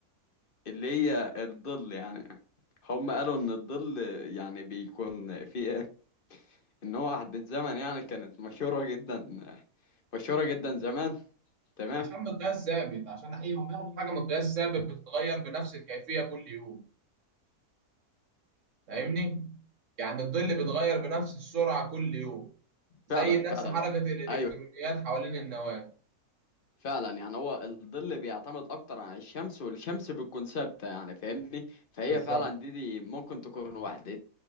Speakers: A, on the left; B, on the right.
A: اللي هي الظل يعني هم قالوا ان الظل يعني بيكون في إيه؟ ان هو وحدة زمن يعني كانت مشهورة جدا مشهورة جدا زمان تمام
B: عشان مقياس ثابت عشان أي هم ياخدوا حاجة مقياس ثابت بتتغير بنفس الكيفية كل يوم فاهمني؟ يعني الظل بيتغير بنفس السرعة كل يوم زي
A: فعلا
B: نفس
A: فعلا
B: حركة
A: يعني
B: الإلكترونيات
A: ايوه
B: حوالين النواة
A: فعلا يعني هو الظل بيعتمد اكتر على الشمس والشمس بتكون ثابته يعني فاهمني فهي
B: بالظبط
A: فعلا دي, دي ممكن تكون وحده